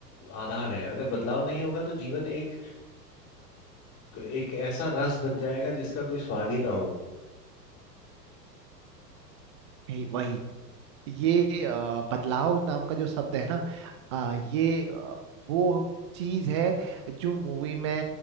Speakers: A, on the left; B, on the right.
A: आधार है अगर बदलाव नहीं होगा तो जीवन एक एक ऐसा रस बन जाएगा जिसका कोई स्वाद ही ना हो
B: यही- वही ये अ, बदलाव नाम का जो शब्द है ना अ, ये अ, वो चीज है जो मूवी में